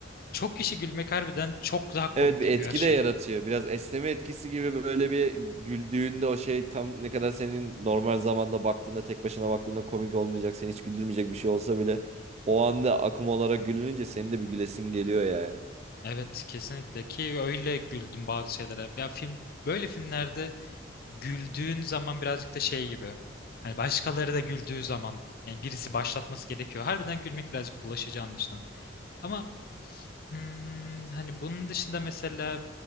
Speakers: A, on the left (about 50°); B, on the right (about 35°).
A: çok kişi gülmek harbiden çok daha komik
B: Evet bir
A: yapıyor
B: etki
A: her şeyi.
B: de yaratıyor. Biraz esneme etkisi gibi böyle bir güldüğünde o şey tam ne kadar senin normal zamanda baktığında tek başına baktığında komik olmayacak, seni hiç güldürmeyecek bir şey olsa bile o anda akım olarak gülününce senin de bir gülesin geliyor yani.
A: Evet kesinlikle ki öyle güldüm bazı şeylere. Ya film böyle filmlerde güldüğün zaman birazcık da şey gibi. Hani başkaları da güldüğü zaman yani birisi başlatması gerekiyor. Harbiden gülmek birazcık bulaşıcı anlaşılan. Ama Hmm, hani bunun dışında mesela